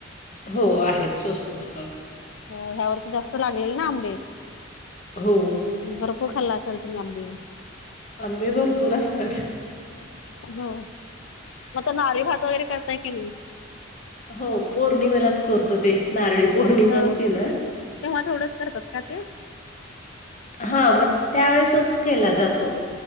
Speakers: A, on the left (about 40°); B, on the left (about 75°).
A: हो आहेत स्वस्त असतात.
B: हो ह्या वर्ष जास्त लागलेल ना आंबे
A: हो
B: भरपूर खाल्ला असेल. बीई.
A: आंबे भरपूर असतात.
B: हो मग तर नार भात वगैरे करताय की मी.
A: हो पौर्णिमेलाच करतो ते नारळी पौर्णिमा
B: फक्त
A: असते ना.
B: तेव्हा थोडंच करतात का ते.
A: हा मग त्यावेळेसच केला जातो.